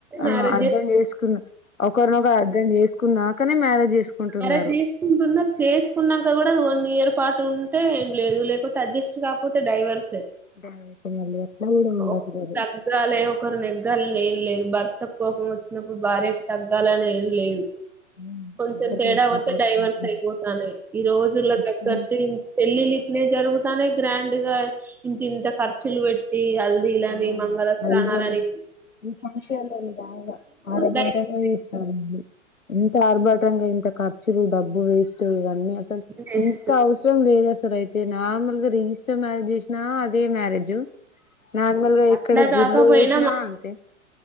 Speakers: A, on the left; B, in the centre.
A: ఆ
B: మ్యారేజ్
A: అర్థం
B: చేసు
A: చేసుకున్నా ఒకరినొకరు అర్థం జేసుకు కు నాకనే మ్యారేజ్ చేసుకుంటున్నారు
B: మ్యారేజ జేస్కుంటున్నా చేసుకున్నాక కూడా న్ ఇయర్ పాటు ఉంటే ఏం లేదు లేకపోతే అడ్జస్ట్ కాకపోతే డైవర్సే
A: దానికి మళ్ళీ అట్లా కూడా ఉండట్లేదు
B: ఒక తగ్గలే ఒకరు నెగ్గ గ్గాలని ఏం లేదు భర్త కోపం వచ్చినప్పుడు భార్యకు తగ్గాలని ఏం లేదు
A: ఉమ్,
B: కొంచం
A: ఎవరికి
B: తేడా
A: నచ్చినట్టు
B: వత్తే
A: వాళ్ళు
B: డైవర్స్
A: ఉంటున్నారు
B: అయిపోతనయ్ ఈ రోజుల
A: అట్లా
B: తగ్గట్టే పెళ్ళిళ్లు ఇట్నే జరుగుతా నయ గ్రాండ్ గా ఇంత ఇంత ఖర్చులు వెట్టి హల్దిలని
A: ఆ
B: మంగళస్థానలని
A: అంతేనండి ఈ ఫంక్షన్ బాగా అర్బటం
B: డైవర్స్
A: గా చేస్తారండి ఇంత ఆర్భాటంగా ఇంత ఖర్చులు డబ్బు వేస్ట్ ఇవన్నీ అసలు
B: వేస్ట్
A: ఇంకా అవసరం లేదు స అయితే నార్మల్ గా రిజిస్టర్ మ్యారేజ్ చేసినా అదే మ్యారేజ్ నార్మల్ గా ఇక్కడ
B: ఇట్లా
A: గుళ్లో
B: కాకపోయినా
A: చేసినా అంతే